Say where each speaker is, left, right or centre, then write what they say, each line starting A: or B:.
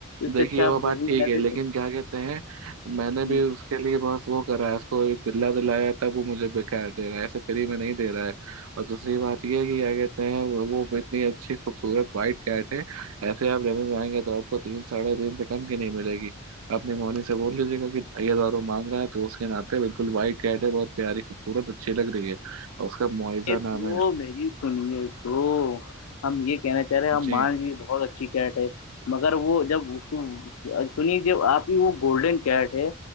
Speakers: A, on the left; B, on the right.
A: اس
B: دیکھیے
A: سے اچھا
B: وہ
A: آپ
B: بات
A: دو ہی
B: ٹھیک
A: مہینے
B: ہے
A: دے
B: لیکن کیا کہتے ہیں میں نے
A: دیں
B: بھی اس کے لیے بس وہ کر رہا ہے اس کو بلا دلایا ہے تب وہ مجھے بکیر دے رہا ہے ایسے فری میں نہیں دے رہا ہے اور دوسری بات یہ ہے کہ کیا کہتے ہیں وہ اتنی اچھی خوبصورت وائٹٹ ایسے آپ رگ بائیں گے تو آپ کو تین سڑھے تین سے کم کی نہیں ملے گی اپنی مونی سے بول لیجیے گا کہ ازاروں مانگ رہا ہے تو اس کے ناے بالکل وائٹ کیٹ ہے بہت پیاری خبورت اچھی لگ رہی ہے <unintelligible>
A: یہ تو
B: ہے
A: میری سنیے تو ہم یہ کہنا چاہ رہے ہم
B: جی
A: مان لیجے بہت اچھی کیٹ ہے مگر وہ جب سنیے ج آپ کی وہ گولڈن کیٹ ہے